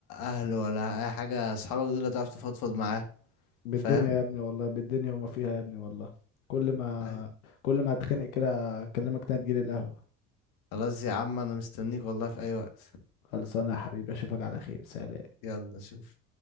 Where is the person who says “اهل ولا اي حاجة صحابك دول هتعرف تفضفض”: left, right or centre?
Left